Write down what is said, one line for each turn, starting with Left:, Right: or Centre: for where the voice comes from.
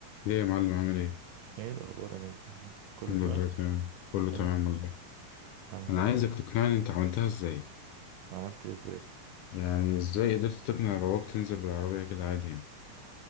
Left: ليه يا معلم عامل ايه؟
Right: ايه الاخبار يا نجم كله
Left: الحمد
Right: تمام
Left: لله تمام كله
Right: كله
Left: تمام والله
Right: الحمد
Left: انا
Right: لله
Left: عايزك تقنعني انت عملتها ازاي
Right: عملت إيه ازاي
Left: يعني ازاي قدرت تقنع باباك تنزل بالعربية كده عادي يعني